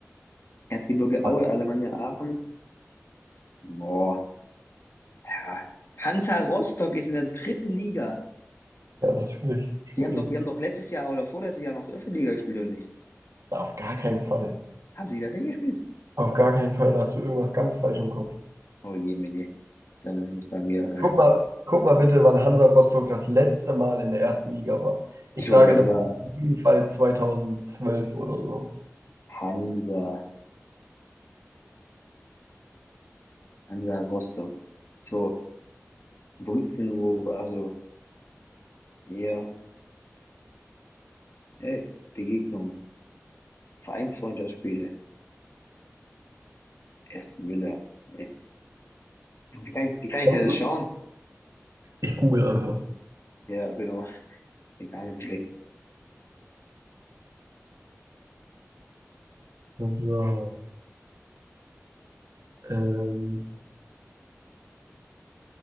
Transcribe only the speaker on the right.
Ja,
ja, natürlich. Schon
ewig.
Auf gar keinen Fall.
Auf gar keinen Fall. Da hast du irgendwas ganz falsch im Kopf.
Guck mal, guck mal bitte, wann Hansa Rostock das letzte Mal in der ersten Liga war. Ich
sage,
das
war auf jeden Fall zweitausendzwölf oder so.
Kommst
du?
Ich google einfach.
So, ähm.